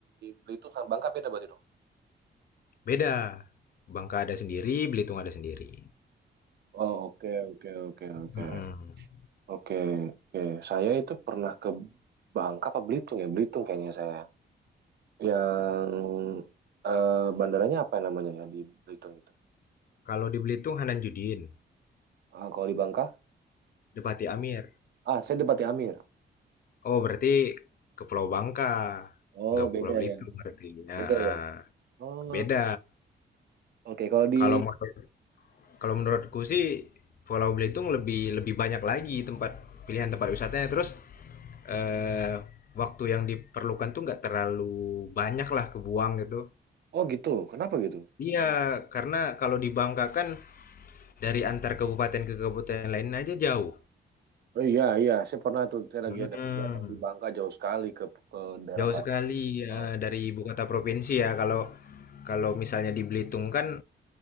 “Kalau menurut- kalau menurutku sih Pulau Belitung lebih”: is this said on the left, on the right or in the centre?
Left